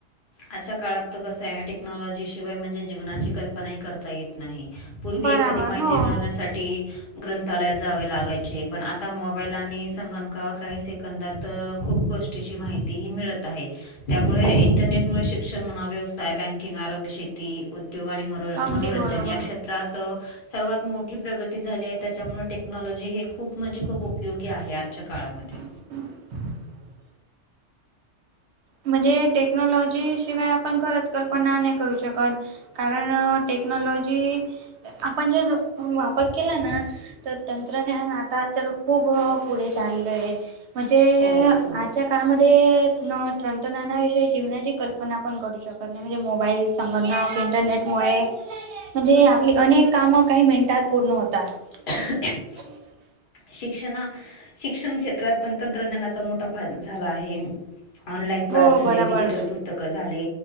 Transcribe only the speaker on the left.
आजच्या काळात तर कस टेक्नॉलॉजी शिवाय म्हणजे जीवनाची कल्पनाही करता येत नाही पूर्वी
एखादी माहिती
मिळवण्यासाठी ग्रंथालयात जावे लागायचे पण आता मोबाईल आणि संगणकावर काही सेकंदात खूप गोष्टी माहिती ही मिळत आहे त्यामुळे इंटरनेट शिक्षण म्हणा व्यवसाय बँकिंग आरोग्य शेती उद्योग आणि म
मोरंजन
या क्षेत्रात सर्वात मोठी प्रगती झाली आहे त्यामुळे टेक्नॉलॉजी हे खूप म्हणजे खूप उपयोगी आहे आजच्या काळामध्ये.
हो खूप
खोकण्याचा आवाज आहे फक्त
शिक्षणा शिक्षण क्षेत्रात पण तंत्रज्ञानाचा मोठा फायदा झाला आहे. ऑनलाइन
क्स झाले
डिजिटल पुस्क? पुस्तकं झाले